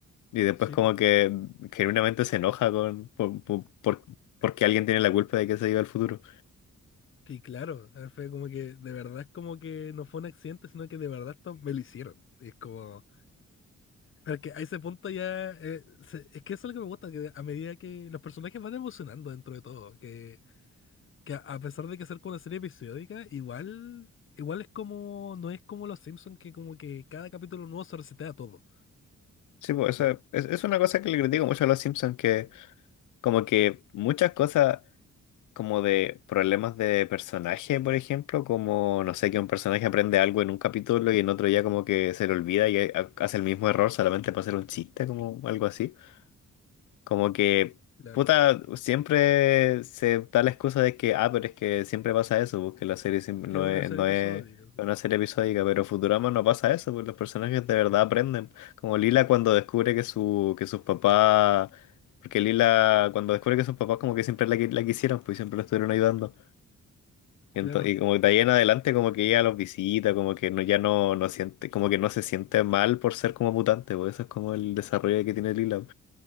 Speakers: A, on the left; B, on the left.
A: y después
B: sí,
A: como
B: pues.
A: que genuinamente se enoja con por, por- por- porque alguien tiene la culpa de que se iba al futuro.
B: Y claro, fue como que de verdad es como que no fue un accidente, sino que de verdad esto me lo hicieron. Y es como... Pero es que a ese punto ya. eh, se- es que eso es lo que me gusta, que a medida que los personajes van evolucionando dentro de todo. Que, que a a pesar de que ser como una serie episódica, igual. Igual es como. No es como Los Simpsons, que como que cada capítulo nuevo se resetea todo.
A: Sí, pues eso es, es una cosa que le critico mucho a los Simpsons que como que muchas cosas como de problemas de personaje, por ejemplo, como no sé, que un personaje aprende algo en un capítulo y en otro ya como que se le olvida y ha- hace el mismo error solamente para hacer un chiste, como algo así. Como que,
B: Claro.
A: puta, siempre se da la excusa de que, ah, pero es que siempre pasa eso, porque la serie siempre
B: Que
A: no
B: es una
A: es,
B: serie
A: no
B: episódica.
A: es
B: sí.
A: una serie episódica, pero Futurama no pasa eso, porque los personajes de verdad aprenden. Como Lila cuando descubre que su, que sus papás, porque Lila cuando descubre que sus papás como que siempre la, qui- la quisieron, pues siempre la estuvieron ayudando. Y,
B: Claro.
A: ento- y como de ahí en adelante como que ella los visita, como que no, ya no, no siente, como que no se siente mal por ser como mutante, pues eso es como el desarrollo que tiene Lila.